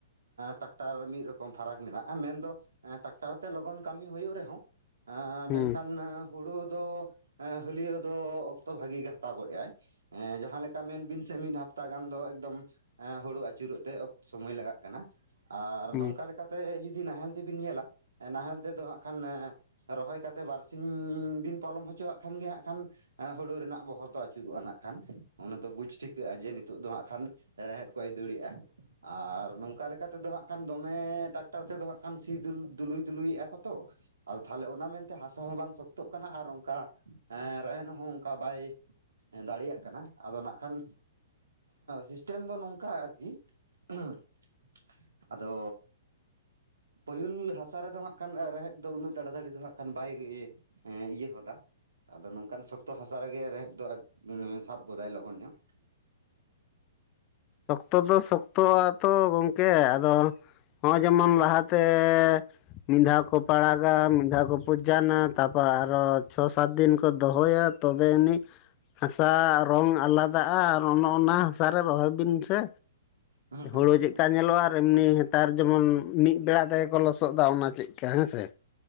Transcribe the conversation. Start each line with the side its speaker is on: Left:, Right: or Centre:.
Right: ᱴᱟᱠᱴᱟᱨ ᱢᱤᱫ ᱨᱚᱠᱚᱢ ᱯᱷᱟᱨᱟᱠ ᱢᱮᱱᱟᱜᱼᱟ, ᱢᱮᱱᱫᱚ ᱴᱟᱠᱴᱟᱨ ᱛᱮ ᱞᱚᱜᱚᱱ ᱠᱟᱹᱢᱤ ᱦᱩᱭᱩᱜᱼᱼ ᱨᱮᱦᱚᱸ, ᱟᱸ ᱢᱮᱱᱠᱷᱟᱱᱼᱼ
Left: ᱦᱩᱸ
Right: ᱦᱩᱲᱩ ᱫᱚ ᱦᱟᱹᱞᱭᱟᱹᱣ ᱫᱚ ᱚᱠᱛᱚ ᱵᱷᱟᱜᱤ ᱜᱮ ᱦᱟᱛᱟᱣ ᱜᱚᱫᱮᱜᱼᱟᱭ ᱾ ᱮ ᱡᱟᱦᱟᱸ ᱞᱮᱠᱟ ᱢᱮᱱ ᱵᱤᱱ ᱥᱮ ᱢᱤᱫ ᱦᱟᱯᱛᱟ ᱜᱟᱱ ᱫᱚ ᱮᱠᱫᱚᱢᱼᱼ ᱮ ᱦᱩᱲᱩ ᱟᱹᱪᱩᱨᱚᱜ ᱛᱮ ᱥᱚᱢᱚᱭ ᱞᱟᱜᱟᱜ ᱠᱟᱱᱟ ᱾ ᱟᱨ
Left: ᱦᱩᱸ
Right: ᱱᱚᱝᱠᱟ ᱞᱮᱠᱟᱛᱮ ᱡᱩᱫᱤ ᱱᱟᱦᱮᱞ ᱛᱮᱵᱤᱱ ᱧᱮᱞᱟ ᱱᱟᱦᱮᱞ ᱛᱮᱫᱚ ᱦᱟᱸᱜ ᱠᱷᱟᱱ ᱮᱼᱼ ᱨᱚᱦᱚᱭ ᱠᱟᱛᱮᱫ ᱵᱟᱨᱥᱤᱧ ᱵᱤᱱ ᱯᱚᱞᱚᱢ ᱦᱚᱪᱚᱣᱟᱜ ᱠᱷᱟᱱ ᱜᱮ ᱦᱟᱸᱜ ᱠᱷᱟᱱᱼᱼ ᱦᱩᱲᱩ ᱨᱮᱱᱟᱜ ᱵᱚᱦᱚᱨ ᱫᱚ ᱟᱹᱪᱩᱨᱚᱜᱼᱟ ᱱᱟᱜ ᱠᱷᱟᱱ ᱚᱱᱟ ᱫᱚ ᱵᱩᱡᱽ ᱴᱷᱤᱠᱟᱹᱜᱼᱟ ᱡᱮ ᱱᱤᱛᱚᱜ ᱫᱚ ᱦᱟᱸᱜ ᱠᱷᱟᱱᱼᱼ ᱨᱮᱦᱮᱫ ᱠᱚᱭ ᱫᱟᱹᱲᱮᱜᱼᱟᱭ ᱾ ᱟᱨ ᱱᱚᱝᱠᱟ ᱞᱮᱠᱟᱛᱮ ᱫᱚ ᱦᱟᱸᱜ ᱠᱷᱟᱱ ᱫᱚᱢᱮ ᱴᱟᱠᱴᱟᱨ ᱛᱮᱫᱚ ᱦᱟᱸᱜ ᱠᱷᱟᱱ ᱥᱤ ᱫᱩᱞᱩᱭ ᱫᱩᱞᱩᱭᱮᱫᱼᱟ ᱠᱚ ᱾ ᱛᱚᱼᱼ ᱟᱫᱚ ᱛᱟᱦᱚᱞᱮ ᱚᱱᱟ ᱢᱮᱱᱛᱮ ᱦᱟᱥᱟ ᱦᱚᱸ ᱵᱟᱝ ᱥᱚᱠᱛᱚᱜ ᱠᱟᱱᱟ ᱟᱨ ᱚᱱᱠᱟ ᱮᱨ ᱦᱚᱸ ᱚᱱᱠᱟ ᱵᱟᱭᱼᱼ ᱮᱸ ᱫᱟᱲᱮᱭᱟᱜ ᱠᱟᱱᱟ ᱟᱫᱚ ᱱᱷᱟᱜ ᱠᱷᱟᱱ ᱥᱤᱥᱴᱮᱢ ᱫᱚ ᱱᱚᱝᱠᱟ ᱟᱨ ᱠᱤ <unintelligible> ᱟᱫᱚ ᱯᱟᱹᱦᱤᱞ ᱦᱟᱥᱟ ᱨᱮᱫᱚ ᱦᱟᱸᱜ ᱠᱷᱟᱱ ᱨᱮᱦᱮᱫ ᱫᱚ ᱩᱱᱟᱹᱜ ᱛᱟᱲᱟᱛᱟᱲᱤ ᱫᱚ ᱦᱟᱸᱜ ᱠᱷᱟᱱ ᱵᱟᱭ ᱤᱭᱮ ᱮᱸ ᱤᱭᱟᱹ ᱦᱚᱫᱟ ᱟᱫᱚ ᱱᱚᱝᱠᱟᱱ ᱥᱚᱠᱛᱚ ᱦᱟᱥᱟ ᱨᱮᱜᱮ ᱨᱮᱦᱮᱫ ᱫᱚ ᱥᱟᱵ ᱜᱚᱫᱟᱭ ᱞᱚᱜᱚᱱ ᱧᱚᱜ
Left: ᱚᱠᱛᱚ ᱫᱚ ᱥᱚᱠᱛᱚᱣᱟ ᱟᱛᱚ ᱜᱚᱝᱠᱮ ᱟᱫᱚ ᱦᱚᱸ ᱡᱮᱢᱚᱱ ᱞᱟᱦᱟᱛᱮ ᱢᱤᱫ ᱫᱷᱟᱣ ᱠᱚ ᱯᱟᱲᱟᱜᱟ ᱢᱤᱫ ᱫᱷᱟᱣ ᱠᱚ ᱯᱩᱡᱟᱱᱟ ᱛᱟᱯᱚᱨᱮ ᱟᱨᱚ ᱪᱷᱚ ᱥᱟᱛ ᱫᱤᱱ ᱛᱚ ᱫᱚᱦᱚᱭᱟ ᱛᱚᱵᱽ ᱛᱚᱵᱮ ᱟᱹᱱᱤᱜ ᱦᱟᱥᱟ ᱨᱚᱝ ᱟᱞᱟᱫᱟᱜᱼᱟ ᱟᱨ ᱚᱱᱚ ᱚᱱᱟ ᱦᱟᱥᱟ ᱨᱮ ᱨᱚᱦᱚᱭ ᱵᱤᱱ ᱥᱮ
Right: ᱦᱩᱸ
Left: ᱦᱩᱲᱩ
Right: ᱦᱩᱸ
Left: ᱪᱮᱫᱠᱟ
Right: ᱦᱩᱸ
Left: ᱧᱮᱞᱚᱜᱼᱟ᱾ ᱮᱢᱱᱤ ᱦᱮᱛᱟᱨ ᱡᱮᱢᱚᱱ ᱢᱤᱫ ᱵᱮᱲᱟ ᱛᱮᱜᱮ ᱠᱚ ᱞᱚᱥᱚᱫ ᱫᱟ ᱚᱱᱟ ᱪᱮᱫᱠᱟ ᱦᱮᱸᱥᱮ